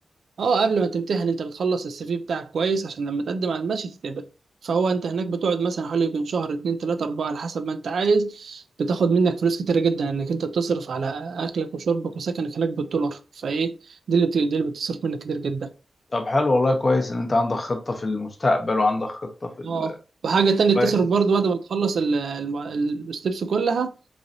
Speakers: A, on the right; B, on the left.
A: اه قبل ما تمتحن انت بتخلص السي في بتاعك كويس عشان لما تقدم على المشي تتقبل فهو انت هناك بتقعد مثلا حوالي يمكن شهر اتنين تلاتة اربعة على حسب ما انت عايز بتاخد منك فلوس كتيرة جدا انك انت بتصرف على اكلك وشربك وسكنك هناك بالدولار فايه دي اللي بت- دي اللي بتصرف منك كتير جدا
B: طب حلو والله كويس ان انت عندك خطة في المستقبل وعندك خطة في ال...
A: اه وحاجة تانية
B: كويس
A: بتصرف برضه بعد ما تخلص ال- الم- ال- الستبس كلها